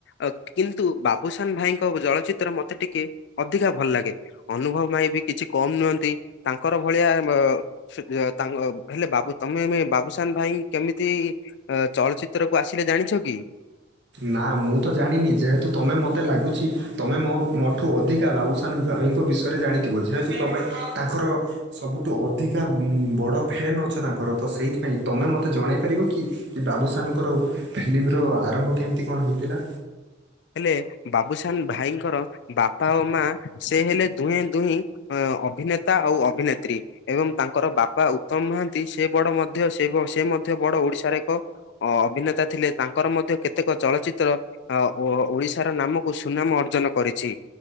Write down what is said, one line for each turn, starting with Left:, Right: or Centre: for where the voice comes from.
Left: ଅ କିନ୍ତୁ ବାବୁସାନ ଭାଇଙ୍କ ଚଳଚିତ୍ର ମତେ ଟିକେ ଅଧିକା ଭଲ ଲାଗେ ଅନୁଭବ ଭାଇ ବି କିଛି କମ୍ ନୁହନ୍ତି ତାଙ୍କର ଭଳିଆ <unintelligible> ତାଙ୍କ ହେଲେ ବାବୁ ତମେ ଏବେ ବାବୁସାନ ଭାଇଙ୍କୁ କେମିତି ଚଳଚ୍ଚିତ୍ର କୁ ଆସିଲେ ଜାଣିଛ କି?
Right: ନା ମୁଁ ତ ଜାଣିନି ଯେହେତୁ ତମେ ମୋତେ ଲାଗୁଛି ତମେ ମୋ ମୋଠୁ ଅଧିକା ବାବୁସାନ ଭାଇଙ୍କ ବିଷୟରେ ଜାଣିଥିବ ଯେହେତୁ ତମେ ତାଙ୍କର ସବୁଠୁ ଅଧିକା ବଡ଼ ଫେନ୍ ଅଛ ତାଙ୍କର ତ ସେଇଥିପାଇଁ ତମେ ମୋତେ ଜଣାଇ ପାରିବ କି? କି ବାବୁସାନଙ୍କର ଫିଲ୍ମର ଆରମ୍ଭ କେମତି କଣ ହେଇଥିଲା?
Left: ହେଲେ ବାବୁସାନ ଭାଇଙ୍କର ବାପା ଓ ମା ସେ ହେଲେ ଦୁହେଁ ଦୁହିଁ ଅ ଅଭିନେତା ଆଉ ଅଭିନେତ୍ରୀ ଏବଂ ତାଙ୍କର ବାପା ଉତ୍ତମ ମହାନ୍ତି ସେ ବଡ ମଧ୍ୟ ସେ ବ ସେ ମଧ୍ୟ ବଡ ଓଡିଶାରେ ଏକ ଅ ଅଭିନେତା ଥିଲେ ତାଙ୍କର ମଧ୍ୟ କେତେକ ଚଳଚିତ୍ର ଓ ଓଡିଶାର ନାମକୁ ସୁନାମ ଅର୍ଜନ କରିଛି